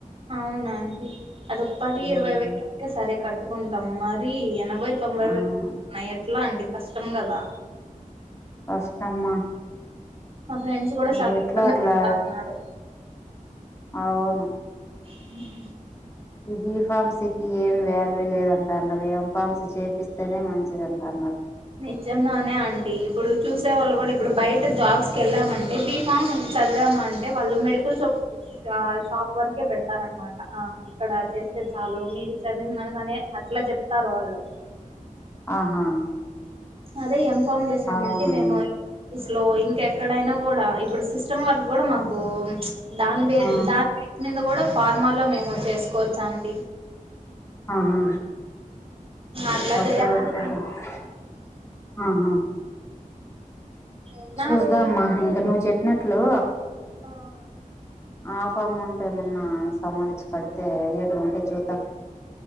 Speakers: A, on the right; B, on the left.
A: అవునాంటీ అది పది
B: ఉమ్
A: ఇరవై వేలు అయితే సరే కట్టుకుంటాం మరి ఏనా బై తొంభై
B: అవును
A: వేయిలున్నాయి ఎట్లా అంటి కష్టం కదా
B: కష్టమ్మా
A: మా ఫ్రెండ్స్ కూడా
B: ఇది
A: చాలా
B: ఎట్లా
A: ఇబ్బంది
B: అట్లా
A: పడుతా ఉన్నారు
B: అవును
A: హ
B: ఈ బి ఫార్మ్స్ కి ఏం వాల్యూ లేదంటా అన్నారు ఎం ఫార్మ్స్ చేపిస్తేనే మంచిది అంటన్నారు
A: నిజంగానే అంటి ఇప్పుడు చూసే వాళ్ళు కూడా ఇప్పుడు బయట జాబ్స్ వెళ్ళామంటే బి ఫామ్ చదివామంటే వాళ్ళు మెడికల్ షాప్ ష షాప్ వరకే పెడుతారన్నమాట ఆ ఇక్కడ చేస్తే చాలు మీరు చదివిందనగానే ఆ అట్లా చెప్తారు వాళ్ళు
B: ఆహా
A: అదే ఎంన్ఫామ్ చేసామంటే
B: అవునా
A: మేము స్లో ఇంకెక్కడైనా కూడా ఇప్పుడు సిస్టమ్ వర్క్ కూడా మాకు దాని బే
B: ఆ
A: దాని బేస్ మీద కూడా ఫార్మా లో మేము చేసుకోవచ్చు అంటి
B: ఆహా అహ
A: అట్లా చేయాలంటే ఉన్నారు
B: చూదామ్మా ఇంక నువ్వు చెప్పినట్లు
A: ఆ
B: ఆఫ్ అమౌంట్ ఏమన్నా సమాలోచ్చి కడితే కడితే అయ్యేటి వుంటే చూద్దాం